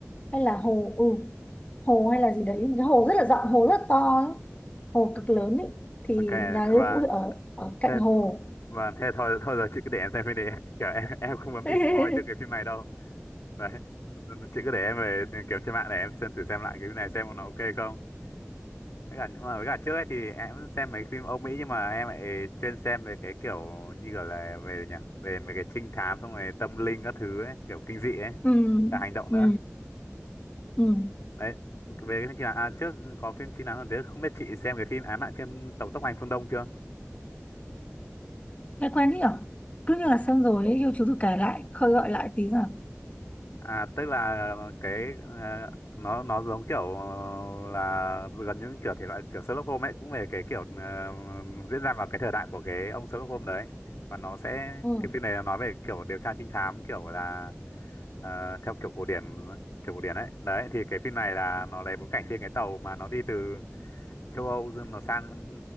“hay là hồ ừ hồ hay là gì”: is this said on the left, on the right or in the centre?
Left